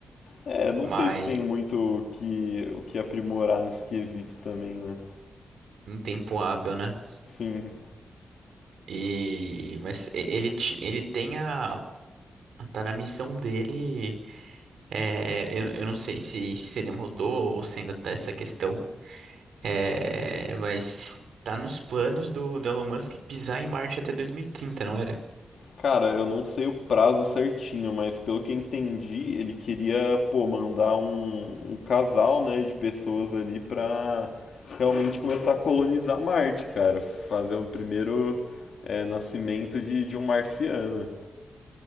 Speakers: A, on the left (about 75°); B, on the right (about 85°).
A: É, não
B: mas
A: sei se tem muito o que, o que aprimorar nesse quesito também, né?
B: em tempo hábil, né?
A: Enfim,
B: E mas e- ele ti- ele tem a tá na missão dele. é, eu, eu não sei se se ele mudou ou se ainda tá essa questão. é, mas tá nos planos do, do Elon Musk pisar em Marte até 2030, não era?
A: cara, eu não sei o prazo certinho, mas pelo que eu entendi, ele queria, pô, mandar um, um casal, né, de pessoas ali pra realmente começar a colonizar Marte, cara. Fazer o primeiro, é, nascimento de, de um marciano.